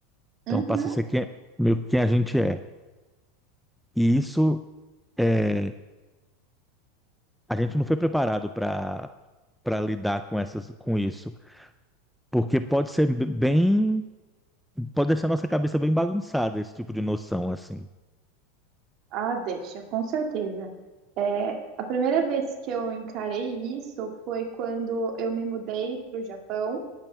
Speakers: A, in the centre; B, on the right.
A: Então
B: uhum.
A: passa a ser quem, meio que quem a gente é. E isso é, a gente não foi preparado para para lidar com essas com isso, porque pode ser bem pode deixar nossa cabeça bem bagunçada esse tipo de noção assim.
B: Ah, deixa, com certeza. É, a primeira vez que eu encarei isso foi quando eu me mudei para o Japão